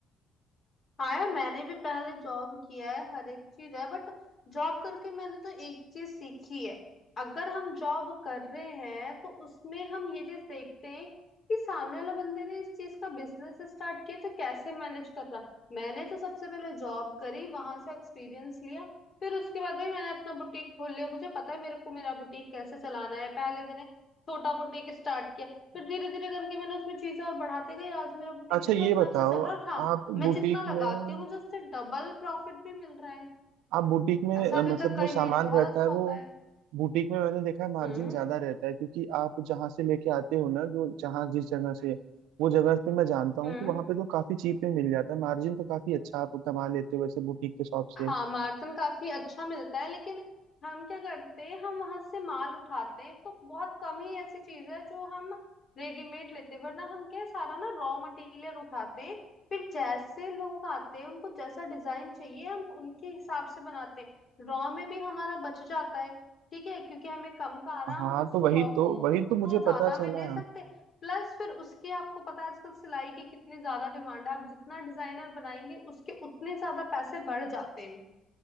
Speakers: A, on the left; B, on the right.
A: हाँ यार मैंने भी पहले जॉब किया है हर एक चीज है बट जॉब करके मैंने तो एक चीज सीखी है अगर हम जॉब कर रहे हैं तो उसमें हम ये चीज देखते हैं कि सामने वाला बंदे ने इस चीज का बिजनेस स्टार्ट किया तो कैसे मैनेज कर रहा मैंने तो सबसे पहले जॉब करी वहां से एक्सपीरियंस लिया फिर उसके बाद भाई मैंने अपना बुटीक खोल लिया मुझे पता है मेरे को मेरा बुटीक कैसे चलाना है पहले मैंने छोटा बुटीक स्टार्ट किया फिर धीरे धीरे करके मैंने उसमें चीजें और बढ़ाते गई आज मेरा बुटीक
B: अच्छा
A: देखो
B: ये
A: इतना
B: बताओ
A: अच्छा चल रहा है हाँ
B: आप
A: मैं
B: बुटीक
A: जितना लगाती
B: में
A: हूँ मुझे उससे डबल प्रॉफिट भी मिल रहा है
B: आप बुटीक में
A: ऐसा
B: अ, मतलब
A: भी तो
B: जो
A: कई
B: सामान
A: महीने बहुत
B: रहता
A: अच्छा
B: है वो
A: होता है
B: बुटीक में मैंने देखा है मार्जिन
A: हम्म
B: ज्यादा रहता है क्योंकि आप जहाँ से लेके आते हो ना जो जहाँ जिस जगह से वो जगह पे मैं जानता हूँ
A: हम्म
B: तो वहां पे तो काफी चीप में मिल जाता है मार्जिन तो काफी अच्छा आप कमा लेते हो वैसे बुटीक के शॉप से
A: हाँ मार्जिन काफी अच्छा मिलता है लेकिन हम क्या करते हैं हम वहां से माल उठाते हैं तो बहुत कम ही ऐसी चीज है जो हम रेडीमेड लेते हैं वरना हम क्या है, सारा ना रॉ मटेरियल उठाते हैं फिर जैसे लोग आते हैं उनको जैसा डिजाइन चाहिए हम उनके हिसाब से बनाते हैं रॉ में भी हमारा बच जाता है ठीक है क्योंकि हमें कम का आ रहा
B: हाँ
A: हम उस
B: तो वही
A: रॉ
B: तो
A: को
B: वही
A: उसको
B: तो मुझे
A: ज्यादा
B: पता चला
A: में दे सकते हैं प्लस फिर उसके आपको पता है आजकल सिलाई की कितनी ज्यादा डिमांड है आप जितना डिजाइनर बनाएंगे उसके उतने ज्यादा पैसे बढ़ जाते हैं